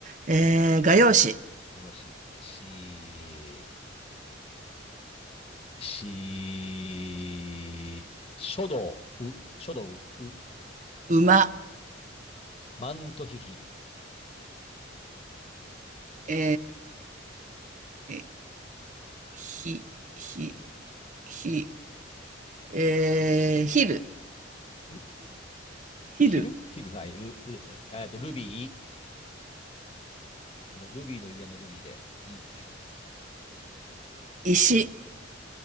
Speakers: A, on the right; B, on the left.
A: ー、えー画用紙、
B: よし。し、し、し書道、う、書道、う、
A: 馬、
B: マントヒヒ。
A: えー、ひ、ひ、ひ、えー、ヒル、
B: ん
A: ヒル、
B: ヒルヒル、はい、ル、ルですね。えっと、ルビー、あの、ルビーの指輪のルビーで、い、
A: 石、